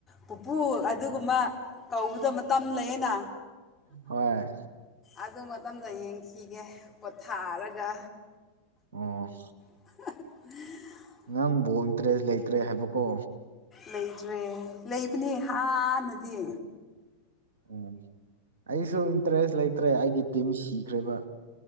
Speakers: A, on the left; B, on the right.
A: ꯄꯨꯄꯨ ꯑꯗꯨꯒꯨꯝꯕ ꯀꯧꯕꯗ ꯃꯇꯝ ꯂꯩꯌꯦꯅ
B: ꯍꯣꯏ
A: ꯑꯗꯨ ꯃꯇꯝꯗ ꯌꯦꯡꯈꯤꯒꯦ ꯄꯣꯊꯥꯔꯒ
B: ꯎꯝ
A: <unintelligible>
B: ꯅꯪꯕꯨ ꯏꯟꯇꯔꯦꯁ ꯂꯩꯇ꯭ꯔꯦ ꯍꯥꯏꯕꯀꯣ
A: ꯂꯩꯇ꯭ꯔꯦ ꯂꯩꯕꯅꯦ ꯍꯥꯟꯅꯗꯤ
B: ꯎꯝ ꯑꯩꯁꯨ ꯏꯟꯇꯔꯦꯁ ꯂꯩꯇ꯭ꯔꯦ ꯑꯩꯒꯤ ꯇꯤꯝ ꯁꯤꯈ꯭ꯔꯦꯕ